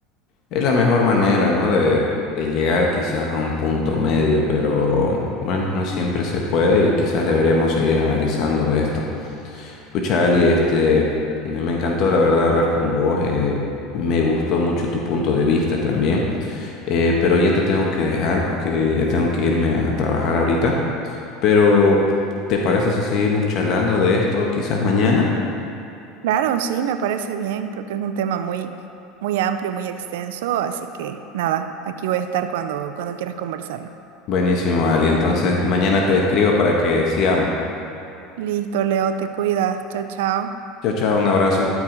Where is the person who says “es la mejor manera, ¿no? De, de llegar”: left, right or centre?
Left